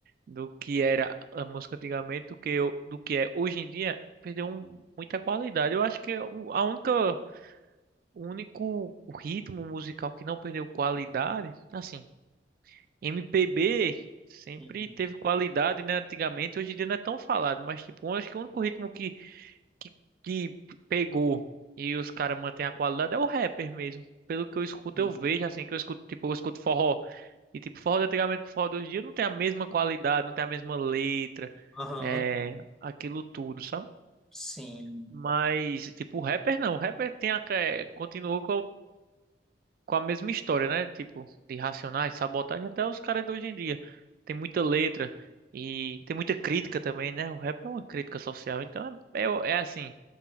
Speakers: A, on the right; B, in the centre.
A: do que era a música antigamente, do que eu, do que é hoje em dia, perdeu um- muita qualidade. Eu acho que o- a única, o único ritmo musical que não perdeu qualidade, assim, MPB sempre
B: Uhum.
A: teve qualidade, né? Antigamente, hoje em dia não é tão falado, mas tipo, eu acho que o único ritmo que, que pegou e os caras mantêm a qualidade é o rapper mesmo. Pelo que eu escuto,
B: Sim.
A: eu vejo assim, que eu escuto, tipo, eu escuto forró. E tipo, forró de antigamente pro forró de hoje em dia não tem a mesma qualidade, não tem a mesma letra,
B: Aham,
A: é, aquilo tudo, sabe?
B: sim.
A: Mas, tipo, o rapper não, o rapper tem a, é, continuou com a mesma história, né? Tipo, de Racionais, Sabotagem, até os caras de hoje em dia. Tem muita letra e tem muita crítica também, né? O rap é uma crítica social, então é, é, é assim,